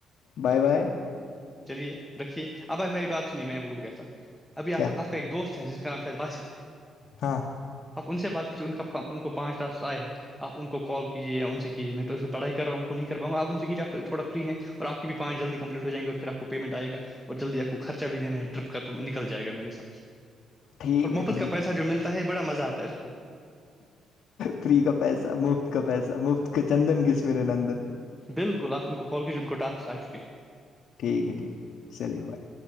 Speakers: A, on the left; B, in the centre.
A: بائے بائے
B: چلیے رکھیے اب آپ میری بات سنیے میں بھول گیا تھا ابھی
A: کیا
B: آپ آپ ایک دوست ہیں جس کانام باست ہے
A: ہاں
B: آپ ان سے بات کیجیے ان کا ہم ان کو پانچ ٹاسکس آئے ہیں آپ ان کو کال کیجے یا ان سے کیجیے میں تو اس پڑھائی کر رہا ہوں ان کو نہیں کر پاں گ آپ ان سے کیجی آپ تھوڑا فری ہے اور آ پکی بھی پانچی جلد کمپلٹ ہو جائ گی اور پھر آپ کو پیمٹ آئے گی اور جلدی آپ کو خرچا بھی دینا ہے ٹرپ کا تو نکل جائےگا میرے ساتھ
A: ٹھیک
B: اور
A: ہے
B: مفت
A: ٹھیک
B: کا پیسہ جو ملتا ہے بڑا مزہ آتا ہے اس کو
A: فری کا پیسہ مفت کا پیسہ مفت کا چندن کس میرے نندن
B: بالکل آپ ان کو کال کیجئے انکوٹاسکز آ چکے ہیں
A: ٹھیک ہے ٹھیک ہے چلیے بھائی